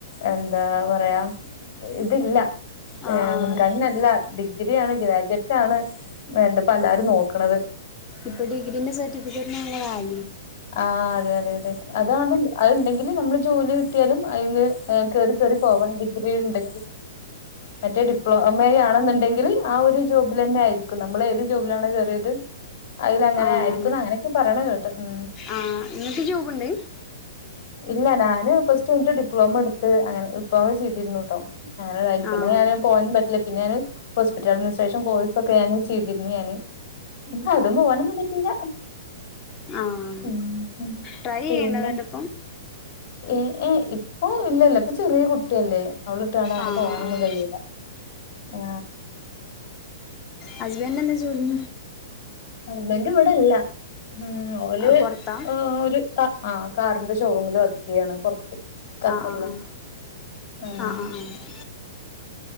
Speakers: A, on the left; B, on the left.
A: എന്താ പറയാ ഇതില്ല
B: ആ
A: ഏ
B: ആ
A: മുൻഗണനല്ല ഡിഗ്രി ആണ് ഗ്രാജുവേറ്റ് ആണ് വേണ്ടപ്പ എല്ലാരും നോക്കണത്
B: ഇപ്പൊ ഡിഗ്രീന്റെ സർട്ടിഫിക്കറ്റ് കാല
A: ആ അതെ അതെ അതെ അതാണ് അതണ്ടെങ്കിൽ നമ്മള് ജോലി കിട്ടിയാലും അതില് കേറി പോവണ ഡിഗ്രി ഉണ്ടെങ്കിൽ
B: ആ
A: മറ്റേ ഡിപ്ലോമ ആണെന്നുണ്ടെങ്കിൽ ആ ഒരു ജോബിൽ തന്നെ ആയിരിക്കും നമ്മൾ ഏത് ജോബിലാണോ ചെറിയത് അതിൽ അങ്ങനെ
B: ആഹ്
A: ആയിരിക്കുംന്ന് അങ്ങനെയൊക്കെ പറയണ കേട്ടെ ഉ
B: ആഹ് ഇങ്ങക്ക് ജോബിണ്ട്
A: ഇല്ല ഞാന് പ്ലസ്ടു കഴിഞ്ഞ് ഡിപ്ലോമ എടുത്ത് അനെ ഡിപ്ലോമ ചെയ്തിരുന്നു ട്ടോ അങ്ങനെ പിന്നെ
B: ആഹ്
A: പോൻ പറ്റില്ല പിന്നേന് ഹോസ്പിറ്റൽ അഡ്മിനസ്ട്രേഷൻ കോഴ്സ് ഒക്കെ ഞാന് ചെയ്തിരുന്നു ഞാന് എന്ത അത്പോവാനൊന്നും പറ്റൂല
B: ആഹ
A: ഉം
B: ട്രൈ ചെയ്യണ്ട
A: പിന്നെ
B: എന്നിട്ട്പ്പം
A: ഏ ഏ ഇപ്പൊ ഇല്ലല്ലോ ഇപ്പൊ ചെറിയ കുട്ടിയല്ലേ അവളിട്ടാണ്ട് അങ്ങനെ
B: ആഹ്
A: പോകാനൊന്നും
B: ആഹ്
A: കഴിയില്ല ആ
B: ഹസ്ബെൻന്ന ജോലി
A: ആസ്ബൻഡ് ഇവിടെല്ല ഉം ഒൽ
B: പൊറത്താ
A: ഒരു സാ ആഹ് കാറിന്റെ ഷോറൂമിൽ വർക്ക് ചെയ്യാണ് പൊറത്ത് കത്തറില
B: ആഹ്
A: ഉം
B: ആഹ് ആഹ് ആഹ് ആഹ് ആഹ്